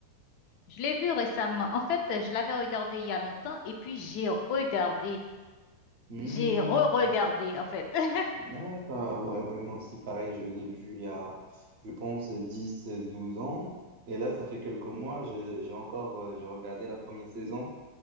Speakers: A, on the left; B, on the right.
A: Je l'ai vu récemment. En fait, je l'avais regardé il y a longtemps et puis j'ai regardé.
B: Hmm.
A: J'ai re-regardé, en fait. <laughs>
B: D'accord, ouais, ouais, moi aussi, pareil, je l'ai vu il y a, je pense, 10, 12 ans. Et là, ça fait quelques mois, j'ai j'ai encore, euh, j'ai regardé la première saison.